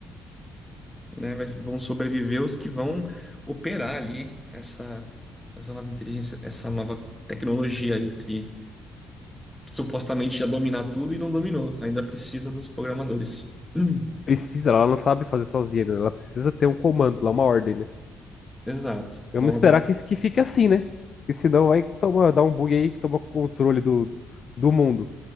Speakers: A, in the centre; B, on the left (about 45°).
A: né? Vai- Vão sobreviver os que vão operar ali essa, essa nova inteligência, essa nova tecnologia ali te- supostamente já dominar tudo e não dominou. Ainda precisa dos programadores. <clears throat> Hum,
B: Precisa, ela não sabe fazer sozinha, né? Ela precisa ter um comando lá, uma ordem, né?
A: exato.
B: Vamos
A: Uma ordem
B: esperar que, que fique assim, né? Porque senão vai tomar, dar um bug aí que toma controle do, do mundo.